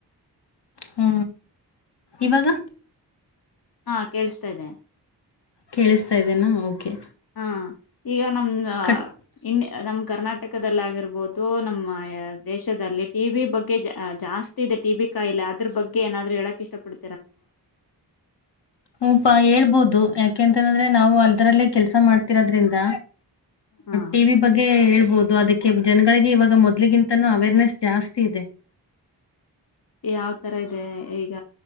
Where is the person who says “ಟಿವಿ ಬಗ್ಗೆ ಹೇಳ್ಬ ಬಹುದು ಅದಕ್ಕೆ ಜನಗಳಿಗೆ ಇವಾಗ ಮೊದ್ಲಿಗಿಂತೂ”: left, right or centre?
Left